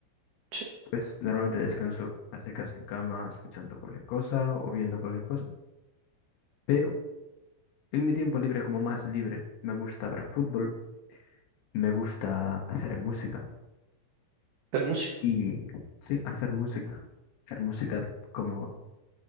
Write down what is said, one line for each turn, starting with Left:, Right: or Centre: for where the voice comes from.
Right: Sí,
Left: Pues normalmente descanso a secas en cama, escuchando cualquier cosa o viendo cualquier cosa. Pero en mi tiempo libre, como más libre, me gusta ver fútbol. Me gusta hacer música
Right: ver música.
Left: y sí, hacer música. Hacer música como,